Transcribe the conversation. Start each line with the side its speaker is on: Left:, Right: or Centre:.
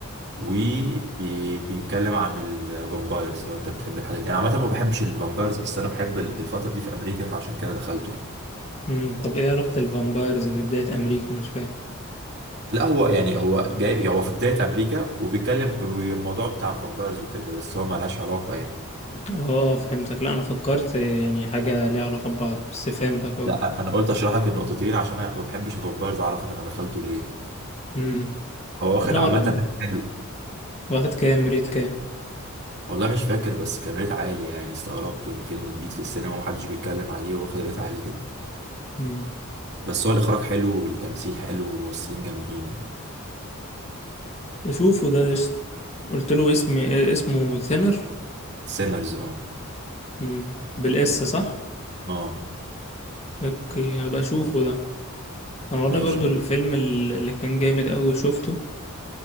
Right: وبيتكلم عن الفامبايرز لو انت بتحب الحاجات دي انا عامه ما بحبش الفامبايرز بس انا بحب ال- الفتره دي في امريكا فعشان كده دخلته يعني
Left: امم طب ايه علاقه الفامبايرز ببدايه امريكا مش فاهم
Right: لا هو يعني هو جاي هو في بدايه امريكا وبيتكلم بالموضوع بتاع الفامبايرز وكده بس هو ملهاش علاقه يعني
Left: اه فهمتك لا انا فكرت يعني حاجه ليها علاقه ببعض بس فهمتك اه
Right: لا انا أنا قلت اشرح لك النقطتين عشان انا ما بحبش الفامبايرز اعرفك انا دخلته ليه يعني.
Left: امم
Right: هو واخد
Left: انا
Right: عامه
Left: والله
Right: ريت حلو
Left: واخد كام ريت كام
Right: والله مش فاكر بس كان ريت عالي يعني استغربته ان فيلم جديد في السينما ومحدش بيتكلم عليه واخد ريت عالي كده
Left: امم
Right: بس هو الاخراج حلو والتمثيل حلو وممثلين جامدين يعني.
Left: اشوفه ده قشطه قلت له اسمي اسمه ثينر
Right: سينرز اه
Left: مم. بالاس صح
Right: اه
Left: اوكي هبقى اشوفه ده انا
Right: ماشي
Left: والله برضو الفيلم ال- اللي كان جامد قوي شفته